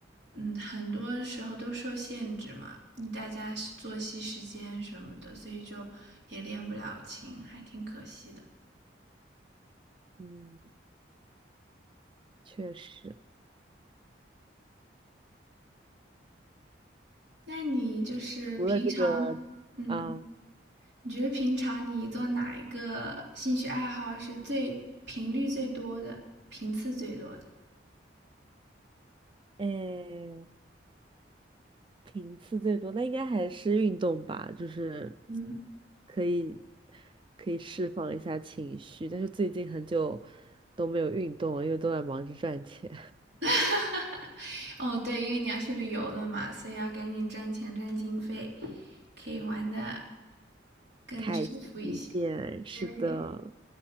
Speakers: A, on the right; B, on the right.
A: 嗯，很多时候都受限制嘛，你大家是作息时间什么的，所以就也练不了琴，还挺可惜的。
B: 嗯，确实，
A: 那你就是平常，
B: 除了这个啊，
A: 嗯，你觉得平常你做哪一个兴趣爱好是最频率最多的，频次最多的？
B: 哎，频次最多，那应该还是运动吧，就是
A: 嗯，
B: 可以可以释放一下情绪，但是最近很久都没有运动了，因为都在忙着赚钱。
A: <laughs> 哦，对，因为你要去旅游了嘛，所以要赶紧赚钱赚经费，可以玩的更舒服一些。
B: 开心一点，是的。
A: 对，